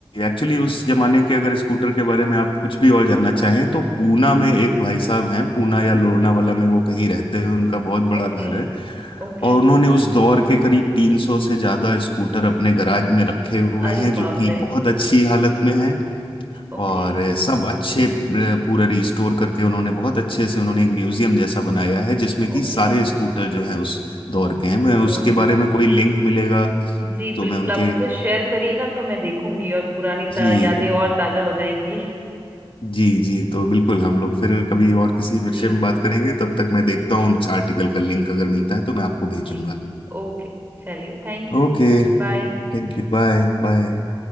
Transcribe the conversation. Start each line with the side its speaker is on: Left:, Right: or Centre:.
Left: एक्चुअली उस जमाने के अगर स्कूटर के बारे में आप कुछ भी और जानना चाहें तो पूना
Right: जी
Left: में एक भाई साहब हैं पूना या लोनावाला में वो कहीं रहते हैं उनका बहुत बड़ा
Right: ओके
Left: घर है
Right: ओके
Left: और उन्होंने उस दौर के करीब 300 से ज़्यादा स्कूटर अपने गराज में रखे हुए
Right: अरे
Left: हैं जो
Right: बाप
Left: कि
Right: रे
Left: बहुत अच्छी हालत में हैं
Right: ओके
Left: और सब अच्छे अ, पूरा रिस्टोर करके उन्होंने बहुत अच्छे से उन्होंने एक म्यूजियम जैसा बनाया है जिसमें कि
Right: ओके
Left: सारे स्कूटर जो हैं उस दौर के हैं मैं
Right: तो
Left: उसके बारे में कोई लिंक मिलेगा
Right: जी
Left: तो
Right: बिल्कुल
Left: मैं उनके
Right: आप मुझसे शेयर करिएगा तो मैं देखूंगी और पुरानी ता-
Left: जी
Right: यादें और ताजा हो जाएंगी
Left: जी जी तो बिल्कुल हम लोग फिर कभी और किसी विषय
Right: जी
Left: में बात करेंगे तब तक मैं देखता हूँ उस आर्टिकल का लिंक अगर मिलता है तो मैं आपको भेजूंगा
Right: जी ओके चलिए थैंक यू
Left: Okay
Right: बाय
Left: thank you Bye bye